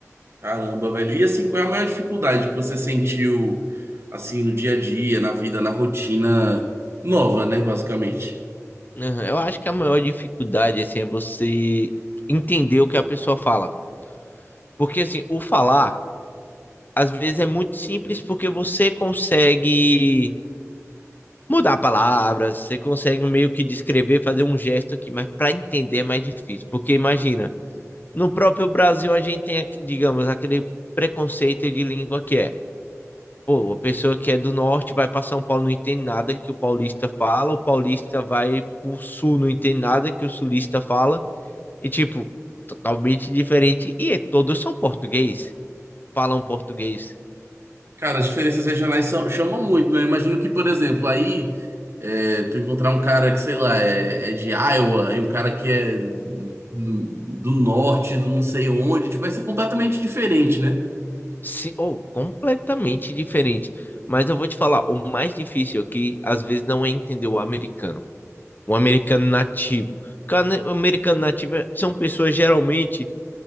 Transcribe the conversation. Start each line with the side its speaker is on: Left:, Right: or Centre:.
Right: Caramba, velho. E assim, qual é a maior dificuldade que você sentiu assim no dia a dia, na vida, na rotina nova, né, basicamente?
Left: Aham, Eu acho que a maior dificuldade, assim, é você entender o que a pessoa fala. Porque, assim, o falar. às vezes é muito simples porque você consegue mudar palavras, você consegue meio que descrever, fazer um gesto aqui, mas para entender é mais difícil. Porque imagina, no próprio Brasil a gente tem, digamos, aquele preconceito de língua que é, pô, a pessoa que é do norte vai para São Paulo não entende nada que o paulista fala, o paulista vai pro sul não entende nada que o sulista fala, e tipo, totalmente diferente. E é, todos são português, falam português.
Right: Cara, as diferenças regionais são- chamam muito, né? Imagino que, por exemplo, aí é, tu encontrar um cara que, sei lá, é, é de Iowa e um cara que é do, do norte, do não sei onde, tipo, vai ser completamente diferente, né?
Left: Se, ou completamente diferente. Mas eu vou te falar, o mais difícil aqui, às vezes, não é entender o americano, o americano nativo. Cara, né, O americano nativo é- são pessoas geralmente